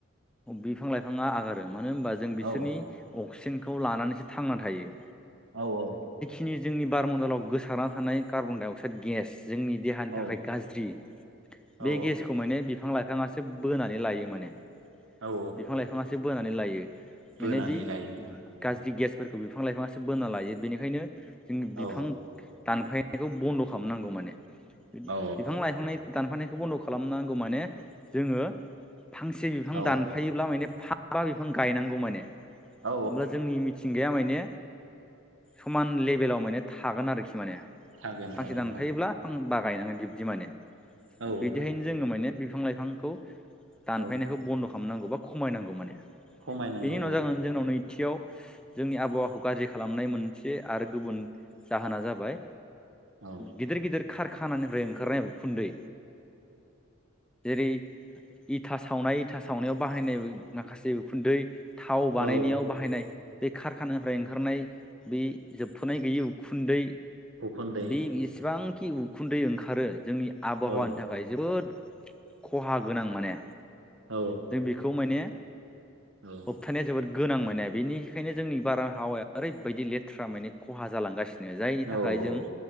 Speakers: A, in the centre; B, on the right.
A: बिफां लाइफाङा आगारो मानो होनबा जों बिसोरनि
B: औ
A: अक्सिजेनखौ लानानैसो थांना थायो।
B: औ औ।
A: बे जोंनि बारमन्दलाव गोसारना थानाय कार्बन डाइ अक्साइड गेस जोंनि देहानि
B: औ
A: थाखाय गाज्रि बे
B: औ
A: गेसखौ माने बिफां लाइ फांआसो बोनानै लायो माने
B: औ
A: बिफां लाइफांआसो बोनानै लायो।
B: बोनानै
A: माने बे
B: लायो
A: गाज्रि गेसफोरखौ बिफां लाइफाङासो बोना लायो बेनिखायनो जों बिफां
B: औ
A: दानफायनायखौ बन्द' खालामनांगौ माने बि
B: औ
A: बिफां लाइफांनाय दानफानायखौ बन्द' खालामनांगौ माने जोङो फांसे बिफां
B: औ
A: दानफायोब्ला माने फां बा बिफां गायनांगौ माने
B: औ
A: अब्ला जोंनि मिथिंगाया माने समान लेभेलाव माने थागोन आरोखि माने
B: थागोन
A: फांसे
B: थागोन
A: दानफायोब्ला
B: थागोन
A: फांबा गायनांगोन बिब्दि माने
B: औ
A: बिदिहायनो
B: औ नोंथां
A: जोङो माने बिफां लाइफांखौ दानफायनायखौ
B: औ
A: बन्द' खालामनांगौ बा खमायनांगौ माने
B: खमायनांगौ
A: बेनि उनाव जागोन जोंनाव नै थियाव जोंनि आबहावाखौ गाज्रि खालामनाय मोनसे आरो गुबुन जाहोना जाबाय
B: औ
A: गिदिर गिदिर कारखानानिफ्राय ओंखारनाय उखुन्दै जेरै इथा सावनाय इथा सावनायाव बाहायनाय माखासे उखुन्दै थाव बानायनायाव
B: औ
A: बाहायनाय बे कारखानानिफ्राय ओंखारनाय बे जोबथ'नाय गैयै उखुन्दै
B: उखुन्दै
A: बे इसिबां खि उखुन्दै ओंखारो जोंनि आबहावानि
B: औ
A: थाखाय जोबोद खहा गोनां माने
B: औ
A: जों बेखौ माने
B: औ
A: होबथानाया जोबोद गोनां मोने बेनिखायनो जोंनि बार हावाया ओरै बायदि लेथ्रा माने खहा जालांगासिनो जायनि थाखाय
B: औ औ
A: जों